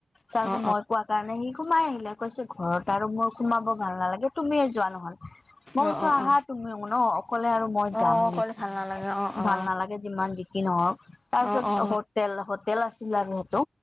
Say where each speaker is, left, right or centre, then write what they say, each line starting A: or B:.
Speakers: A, on the left; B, on the left.
A: তাৰপিছত
B: অ অ
A: মই কোৱা কাৰণে সি সোমাই আহিলে কৈছে ঘৰত আৰু মোৰ সোমাব ভাল নালাগে তুমিয়ে যোৱা নহল মই
B: অ
A: কৈছো
B: অ অ
A: আহা তুমিও ন অকলে আৰু মই
B: অ
A: যাম
B: অকলে
A: নেকি
B: ভাল নালাগে অ অ
A: ভাল নালাগে যিমান যিকি নহওক তাৰপিছত
B: অ অ
A: হোটেল হোটেল আছিল আৰু সেইটো